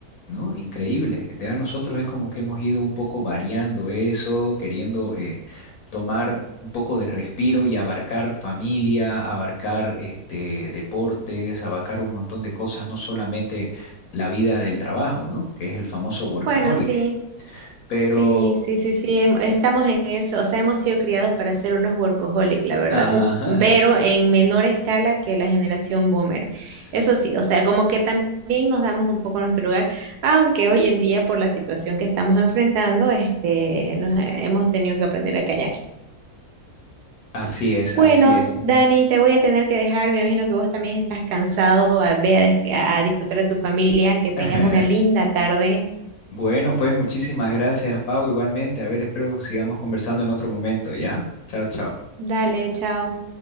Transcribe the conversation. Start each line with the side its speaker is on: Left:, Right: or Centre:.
Left: ¿no? Increíble. De a nosotros es como que hemos ido un poco variando eso, queriendo eh, tomar un poco de respiro y abarcar familia, abarcar este, deportes, abarcar un montón de cosas, no solamente la vida del trabajo, ¿no? Que es el famoso workaholic.
Right: Bueno, sí.
Left: Pero,
Right: Sí, sí, sí, sí, em- estamos en eso, o sea, hemos sido criados para ser unos workaholic, la verdad,
Left: ajá,
Right: un- pero en menor escala que la generación boomer.
Left: <laughs>
Right: Eso sí, o sea, como que también nos damos un poco nuestro lugar, aunque hoy en día por la situación que estamos enfrentando, este, nos he- hemos tenido que aprender a callar.
Left: así es,
Right: Bueno,
Left: así es.
Right: Dani, te voy a tener que dejar, me imagino que vos también estás cansado, a- ve a, des- a disfrutar de tu familia, que tengas
Left: <laughs>
Right: una linda tarde.
Left: Bueno, pues muchísimas gracias, Pau, igualmente. A ver, espero sigamos conversando en otro momento, ¿ya? Chao, chao.
Right: Dale, chao.